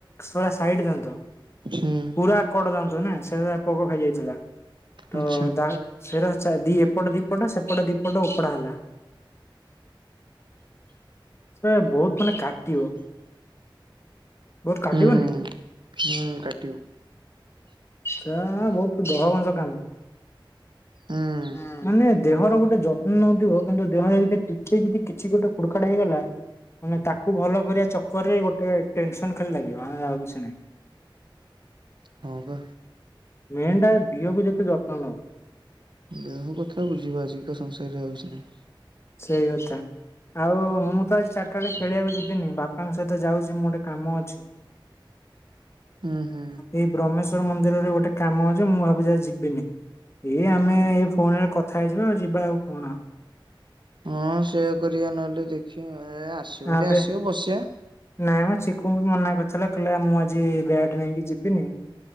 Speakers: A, on the left; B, on the right.
A: ଶୋ ସାଇଡ୍ ଦାନ୍ତ।
B: ହୁଁ
A: ପୁରା କଡ଼ ଦାନ୍ତ ନା ସେ ପୋକ ଖାଇଯାଇଥିଲା। ତ
B: ଆଚ୍ଛା।
A: ଦାନ୍ତ ସେରା ଏପଟ ଦିପଟ ସେପଟ ଦିପଟ ଆଉ ଉପୋଡ଼ା ହେଲା। ସେ ବହୁତ ମାନେ କାଟିବ ବହୁତ କାଟିବନି।
B: ହୁଁ ହୁଁ କାଟିବ।
A: ତା ବହୁତ ଦହ ଗଞ୍ଚ କାମ
B: ହୁଁ
A: ହଁ ମାନେ ମାନେ ଦେହର ଗୋଟେ ଯତ୍ନ ନଉଥିବ କିନ୍ତୁ ଦେହରେ ଯଦି ଟିକେ ଯଦି କିଛି ଗୋଟେ ଖୋଡ଼ଖାଟ ହେଇଗଲା। ମାନେ ତାକୁ ଭଲ କରିବା ଚକରରେ ଗୋଟେ ଟେନସନ୍ ଖାଲି ଲାଗିବ ଆଉ କିଛି ନାହିଁ।
B: ହଁ ବା।
A: ମେନ୍ ଟା ଦିହକୁ ଯେତେ ଯତ୍ନ ନବ।
B: ଦେହ କଥା ବୁଝିବା ଆଜିିକା ସଂସାରରେ ହେଉଛି ନା।
A: ସେଇ କଥା। ଆଉ ମୁଁ ତ ଆଜି ଚାରିଟା ବେଳେ ଖେଳିବାକୁ ଯିବିନି ବାପାଙ୍କ ସହିତ ଯାଉଛି ମୁଁ ଗୋଟେ କାମ ଅଛି।
B: ହୁଁ ହୁଁ।
A: ଏଇ ବ୍ରହ୍ମେଶ୍ୱର ମନ୍ଦିରରେ ଗୋଟେ କାମ ଅଛି ମୁଁ ଭାବୁଛି ଯିବିନି ଏଇ ଆମେ
B: ଆଉ
A: ଏଇ ଫୋନରେ କଥା କଥା ହେଇଯିବା ଆଉ ଯିବା ଆଉ କଣ ଆଉ?
B: ହଁ ସେଇୟା କରିବା ନହେଲେ ଦେଖିବ ଆସିବୁ
A: ଆବେ
B: ଆସିବ ବସିବା।
A: ନାଇଁ ମ ଚିକୁ ବି ମନା କରିଥିଲା କହିଲା ମୁଁ ଆଜି ବ୍ୟାଟ ନେଇକି ଯିବିନି।